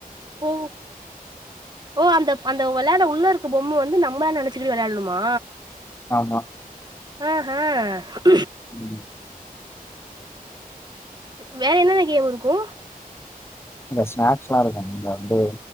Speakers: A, on the right; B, on the left.
A: ஓ ஓ அந்த அந்த வெளாட உள்ள இருக்க பொம்ம வந்து நம் பன் நெனச்சக்கிட்டு வெளையாடணுமா
B: ஆமா
A: ஆஹ
B: ம்.
A: வேற என்னென்ன கேம் இருக்கூ
B: அங்க ஸ்நாக்ஸ்ல்லா இருக்கும் இந்த வந்து